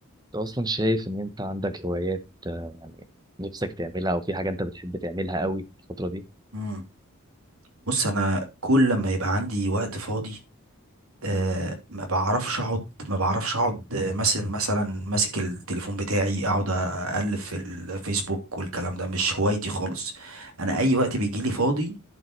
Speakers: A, on the right; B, on the right.
A: انت اصلا شايف ان انت عندك هوايات آه، يعني نفسك تعملها او في حاجه انت بتحب تعملها قوي الفتره دي
B: مم. بص انا كل لما يبقى عندي وقت فاضي آه
A: مم.
B: ما بعرفش اقعد ما بعرفش اقعد آه، مثلا مثلا ماسك التليفون بتاعي اقعد اقلب في الفيسبوك والكلام ده مش هوايتي خالص انا اي وقت بيجي لي فاضي